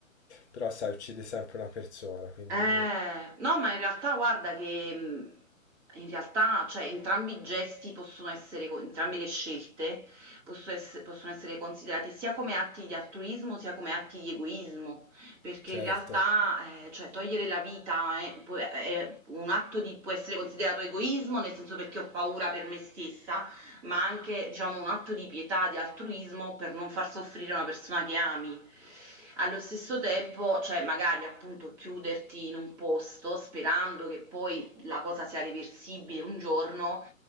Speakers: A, on the left; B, in the centre.
A: però sai, uccide sempre una persona, quindi
B: Eh, no, ma in realtà guarda che mh, in realtà, cioè, entrambi i gesti possono essere, co- entrambe le scelte possono ess- possono essere, considerate sia come atti di altruismo sia come atti di egoismo, perché
A: certo.
B: in realtà, eh, cioè, togliere la vita è, può- è un atto di, può essere considerato egoismo, nel senso perché ho paura per me stessa, ma anche, diciamo, un atto di pietà, di altruismo per non far soffrire una persona che ami. Allo stesso tempo, cioè magari appunto chiuderti in un posto sperando che poi la cosa sia reversibile un giorno,